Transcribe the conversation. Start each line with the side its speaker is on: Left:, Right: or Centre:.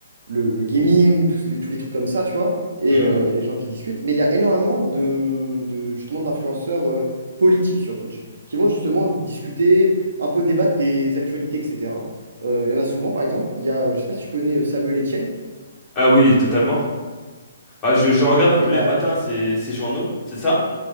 Right: le, le gaming, tous les, tous les trucs comme ça, tu vois, et,
Left: Hmm
Right: euh, et les gens qui discutent. Mais il y a énormément de, de- justement, d'influenceurs euh, politiques sur Twitch, qui vont justement discuter, un peu débattre des actualités, etc. Euh, Il y en a souvent, par exemple, il y a, je sais pas si tu connais euh, Samuel Etienne,
Left: Ah oui, totalement. Bah, je, je regarde un peu
Right: et bah,
Left: les matins ces, ces journaux, c'est ça?